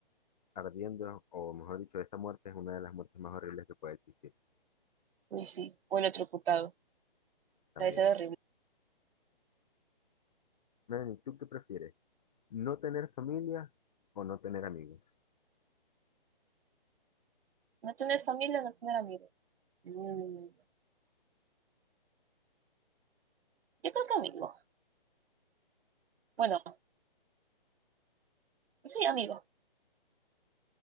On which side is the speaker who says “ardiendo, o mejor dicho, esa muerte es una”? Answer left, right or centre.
Left